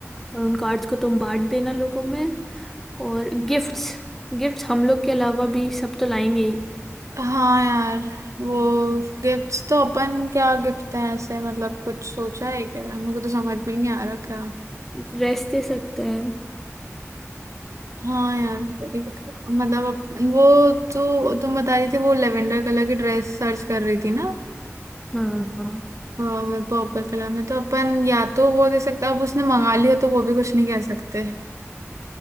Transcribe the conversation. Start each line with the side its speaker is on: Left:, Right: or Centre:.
Centre: और उन कार्ड्स को तुम बांट देना लोगों में और गिफ्ट्स गिफ्ट्स हम लोग के अलावा भी सब तो लाएंगे ही
Right: हाँ यार वो गिफ्ट्स तो अपन क्या गिफ्ट है ऐसे मतलब कुछ सोचा है क्या हमको तो समझ में ही नहीं आ रहा क्या
Centre: ड्रेस दे सकते हैं
Right: हाँ यार एक मतलब अपन वो जो तुम बता रही थी वो लेवेंडर कलर की ड्रेस सर्च कर रही थी ना
Centre: हाँ हाँ
Right: पर्पल कलर में तो अपन या तो वो दे सकते अब उसने मंगा लिया तो वो भी कुछ नहीं कह सकते